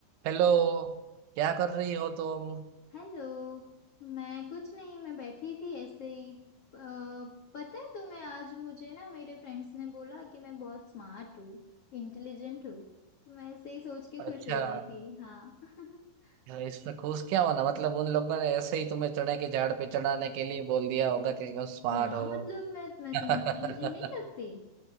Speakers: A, on the right; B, on the left.
A: Hello क्या कर रही हो तुम
B: Hello मैं कुछ नहीं मैं बैठी थी ऐसे ही अ, पता है तुम्हें आज मुझे ना मेरे फ्रेंड्स ने बोला कि मैं बहुत स्मार्ट हूँ इंटेलिजेंट हूँ तो मैं ऐसे ही सोच के खुश
A: अच्छा
B: हो रही थी हाँ <laughs>
A: इसमें खुश क्या होना मतलब उन लोगों ने ऐसे ही तुम्हें चने के झाड़ पे चढ़ाने के लिए बोल दिया होगा कि तुम स्मार्ट
B: या
A: हो
B: मतलब मैं मैं
A: <laughs>
B: तुम्हें इंटेलिजेंट नहीं लगती